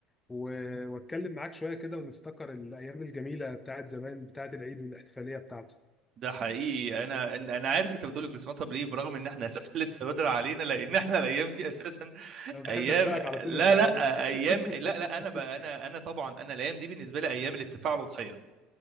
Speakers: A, on the left; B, on the right.
A: و- واتكلم معاك شويه كده ونفتكر الايام الجميله بتاعت زمان بتاعت العيد والاحتفاليه بتاعته
B: ده حقيقي انا إن- انا عارف انت بتقول الكريسماس طب ليه برغم ان احنا <laughs> اساسا لسه بدري علينا لان احنا الايام دي اساسا
A: انا بحب
B: ايام
A: اسبقك على طول
B: لا
A: انت عارف
B: لا ايام لا لا
A: <laughs>
B: انا بقى انا انا طبعا انا الايام دي بالنسبه لي ايام الاتفاق على الاضحيه